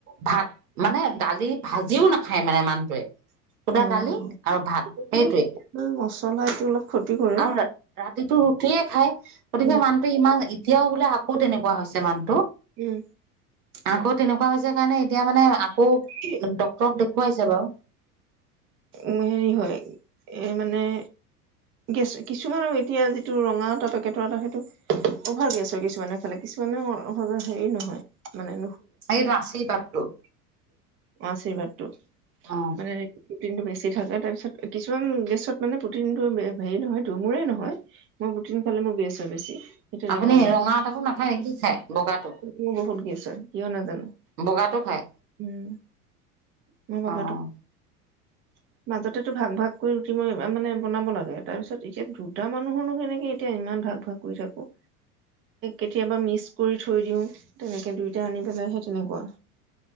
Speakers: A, on the right (about 75°); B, on the right (about 30°).
A: ভাত মানে দালি ভাজিও নাখায় মানে মানুহটোৱে খুদা
B: অ',
A: দালি আৰু ভাত
B: এইটো
A: সেইটোৱে
B: মচলা এইটো অলপ ক্ষতি কৰে।
A: আৰু ৰাতিতটো ৰুটিয়ে খাই গতিকে
B: উম,
A: মানুহটো ইমান এতিয়াও বোলে আকৌ তেনেকুৱা হৈছে মান
B: উম।
A: আকৌ তেনেকুৱা হৈছে কাৰণে এতিয়া মানে আকৌ
B: উম
A: ডক্তৰক দেখুৱাইছে বাৰু
B: উ হেৰি হয় এ মানে গেছ কিছুমানৰ এতিয়া যিটো ৰঙা এটা পেকেটৰ এটা সেইটো অভাৰ গেছ হয় কিছুমানে খালে কিছুমানে হেৰি নহয় মানে
A: এই ৰাচি বাটটো
B: আশীৰ্বাদতটো
A: অ
B: মানে দিনটো বেছি থাককা তাৰপিছত কিছুমান গেছত মানে প্ৰটিনটো হেৰি নহয় দ মোৰে নহয় মই প্ৰঠিন খালে মোৰ বেছ হয় বেছি সেই তেনেকুৱা
A: আপুনি
B: মানে
A: ৰঙা এটাকো নাখায় নেকি খায় বগাটো
B: মোৰ বহুত গেছ হয় কিয় নাজানো
A: বগাটো খায়
B: উম ম বকাটো
A: অ <unintelligible>
B: মাজতে ভাগ ভাগ কৰি ৰুটি মই মানে বনাব লাগে তাৰপিছত এতিয়া দুটা মানুহৰনো কেনেকে এতিয়া ই ইমান ভাগ ভাগ কৰি থাকো কেতিয়াবা মিক্স কৰি থৈ দিওঁ তেনেকে দুইটা আনি পেলাই সেই তেনেকুৱা